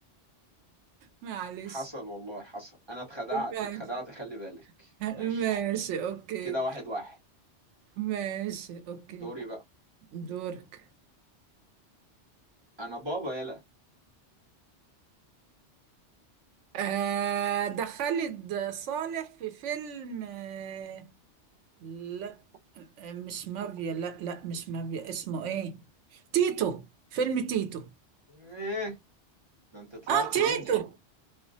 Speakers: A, on the right (about 85°); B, on the right (about 25°).
A: معلش
B: حصل والله حصل انا اتخدعت
A: ماشي
B: اتخدعت خلي بالك
A: <laughs>
B: ماشي
A: ماشي اوكي
B: كده واحد واحد
A: ماشي اوكي
B: دوري بقى
A: دورك
B: انا بابا يلا
A: آه ده خالد صالح في فيلم آه لا آه، مش مافيا لا لا مش مافيا اسمه ايه تيتو فيلم تيتو
B: ايه ده انت طلعت
A: اه تيتو
B: نينجا